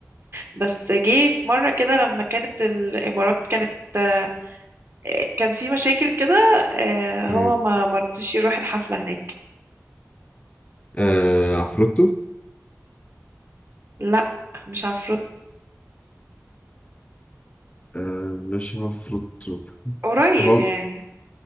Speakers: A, on the right; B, on the left.
A: بس جه في مره كده لما كانت الامارات كانت آه، كان في مشاكل كده آه،
B: مم.
A: هو ما مرضيش يروح الحفلة هناك
B: آه عفروتو؟
A: لا مش عفروت
B: آه مش عفروتو
A: قريب
B: هو
A: يعني